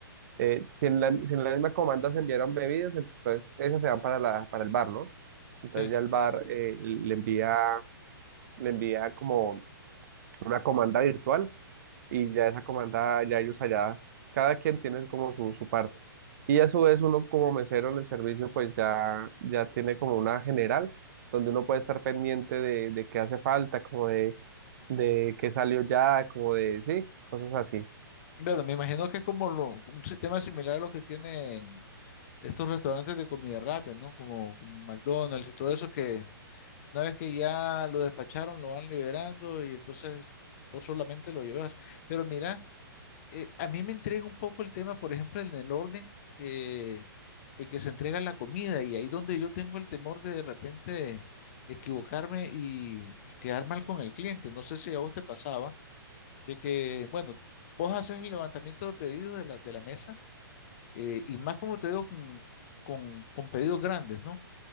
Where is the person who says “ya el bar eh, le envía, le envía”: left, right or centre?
Right